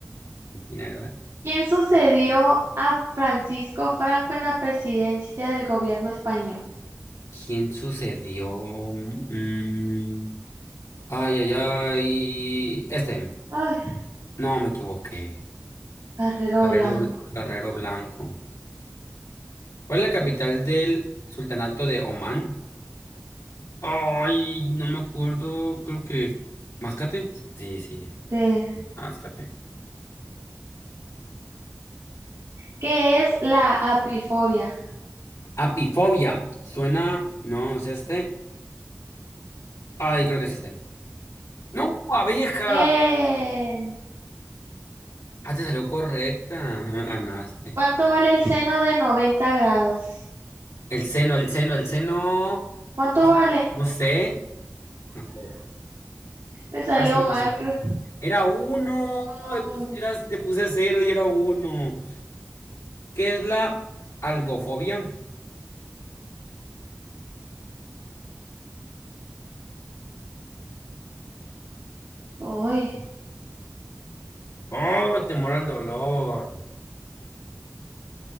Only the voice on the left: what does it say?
Mierda.
¿Quién sucedió? Mm, Ay, ay, ay. Este,
no me equivoqué.
Carrero,
Carrero Blanco. ¿Cuál es la capital del Sultanato de Omán? Ay, no me acuerdo, creo que... ¿Mascate? Sí, sí.
Mascate.
Apifobia. Suena... No, no es este. Ay, creo que es este. No, abeja.
Ah, te salió correcta. No me ganaste.
El seno, el seno, el seno.
No sé. No puedo.
Ah, sí,
es este.
Era uno.
Le pus- era- le puse cero y era uno. ¿Qué es la algofobia?
Oh, temor al dolor.